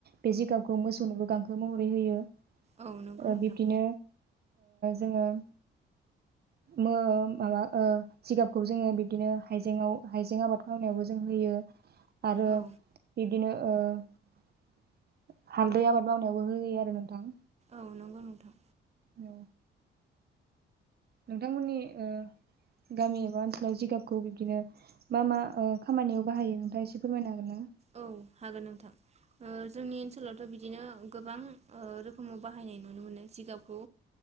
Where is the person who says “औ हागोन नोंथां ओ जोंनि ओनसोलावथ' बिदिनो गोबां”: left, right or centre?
Right